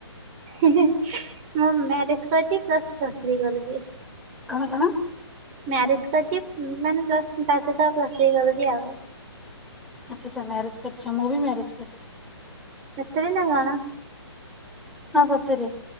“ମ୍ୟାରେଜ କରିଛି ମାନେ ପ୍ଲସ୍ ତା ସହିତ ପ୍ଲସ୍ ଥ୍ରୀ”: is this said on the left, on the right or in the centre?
Right